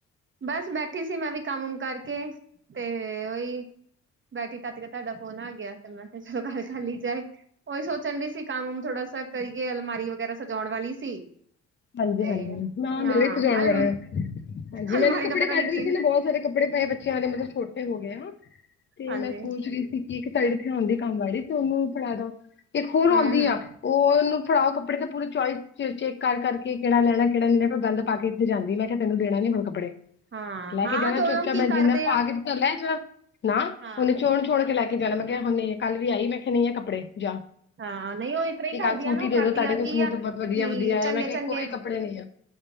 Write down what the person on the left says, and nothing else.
ਹਾਂਜੀ
ਹਾਂਜੀ ਨਾ
ਮਿਲੇ ਇੱਥੇ ਜਾਣ
ਵਾਲਾ ਹੈ ਹਾਂਜੀ ਮੈਨੂੰ
ਵੀ ਕੱਪੜੇ
ਕੱਢਦੇ
ਸੀ ਨਾ ਬਹੁਤ ਸਾਰੇ ਕੱਪੜੇ ਪਏ ਬੱਚਿਆਂ ਦੇ ਮਤਲਬ ਛੋਟੇ ਹੋ ਗਏ ਤੇ
ਮੈਂ ਸੋਚ ਰਹੀ ਸੀ ਇੱਕ ਸਾਈਡ ਇਥੇ ਆਉਂਦੀ ਕੰਮ ਵਾਲੀ ਤੇ ਉਹਨੂੰ ਫੜਾ ਦ ਇੱਕ ਹੋਰ
ਆਉਂਦੀ
ਆ ਉਹਨੂੰ ਫੜਾਓ ਕਪ ਕੱਪੜੇ ਤੇ ਪੂਰੇ ਚੋਇਸ ਚੇੱਕ ਕਰਕੇ ਕਿਹੜ ਲੈਣਾ ਕਿਹੜਾ ਨਹੀਂ ਲੈ ਪਰ ਗੱਲ ਪਾ ਕੇ ਇੱਥੇ ਜਾਂਦੀ ਮੈਂ ਕਿਹਾ ਤੈਨ ਦੇਣਾੀ ਹੁ ਕੱਪੜੇ
ਲੈ ਕੇ
ਜਾਣਾ
ਚੁੱਪ
ਚਾਪ
ਮੈਂ ਜਿੰਨਾ
ਪਾ
ਕੇ ਚ ਲੈ ਜਾ ਨਾ
ਉਹਨੇ ਚੋਣ ੋਣ ਕੇ ਲੈ ਕੇ ਜਾਣਾ ਮੈਂ ਕਿਹਾ ਹਨੇ ਕੱਲ ਵੀ ਆਈ ਮੈਂ ਕਿਹਾ ਨਹੀਂ ਆ ਕੱਪੜੇ ਜਾ
ਇੱਕ
ਆਹ ਸੂਟ
ਹੀ
ਦੇ
ਦੋ ਤੁਹਾਡੇ ਕੋਲ
ਸੂਟ
ਬਹੁਤ
ਵਧੀਆ ਵਧੀਆ
ਆ ਮੈਂ ਕਿਹਾ
ਕੋਈ
ਕੱਪੜੇ ਨਹੀਂ ਆ